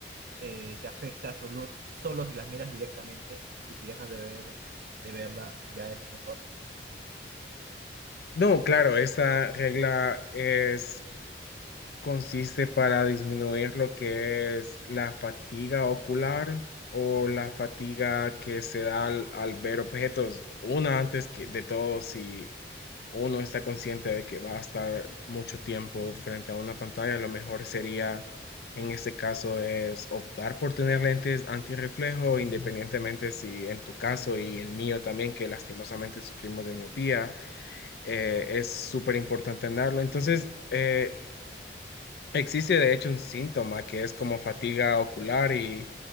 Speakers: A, on the right; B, on the left.
A: eh, te afecta su luz solo si las miras directamente y si dejas de ver, de verla ya es mejor.
B: No, claro, esta regla es consiste para disminuir lo que es la fatiga ocular o la fatiga que se da al, al ver objetos. Una antes que de todo, si uno está consciente de que va a estar mucho tiempo frente a una pantalla, lo mejor sería, en este caso, es optar por tener lentes antirreflejo, independientemente si en tu caso y el mío también, que lastimosamente sufrimos de miopía, eh, es súper importante tenerlo. Entonces, eh, Existe de hecho un síntoma que es como fatiga ocular y,